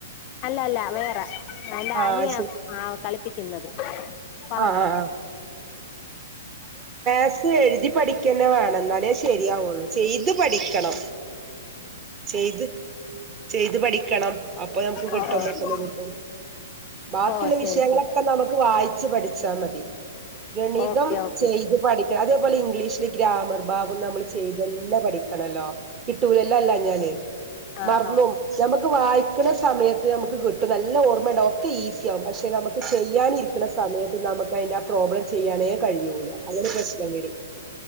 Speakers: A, on the left; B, on the right.
A: അല്ല അല്ല വേറെ എന്റെ
B: ആഹ്
A: അനിയാ
B: ശരി
A: ആ കളിപ്പിക്കുന്നത് പറഞ്ഞോ
B: ആഹ് ആഹ് ആഹ് <unintelligible> എ പഠിക്കുന്നെ വേണ എന്നാലേ ശരിയാവുള്ളൂ ചെയ്ത് പഠിക്കണം. ചെയ്ത് ചെയ്ത് പഠി ക്കണം. അപ്പ നമുക്ക് കിട്ടും
A: ഓ ഓ
B: പെട്ടന്ന് കിട്ടും. ബാക്കിയുള്ള
A: ഓ ശരി
B: വിഷയങ്ങളൊക്കെ
A: ശരി
B: നമുക്ക് വായിക്ക ച് പഠിച്ചാ മതി. ഗണിതം
A: ഓക്കെ ഓക്കെ
B: ചെയ്, ഇത് പഠിക്കണം അതേപോലെ ഇംഗ്ലീഷില് ഗ്രാമർ ഭാഗം നമ്മള് ചെയ്ത്തന്നെ പഠിക്കും. ണല്ലോ കിട്ടൂലല്ലോ അല്ല ഞാന്
A: ആഹ്
B: മറന്നോം
A: ആഹ്
B: ഞമുക്ക് വായ്ക്കണ സമയത്ത് നമുക്ക് കിട്ടും നല്ല ഓർമ്മ ഉണ്ട ഒക്കെ ഈസി ആവും പക്ഷെ നമുക്ക് ചെയ്യാനിരിക്കുന്ന സമയത്ത് നമുക്ക് അതിന്റെ പ്രോബ്ളം ചെയ്യാനേ കഴിയൂല. അല്ലങ്കി പ്രശ്നം വരും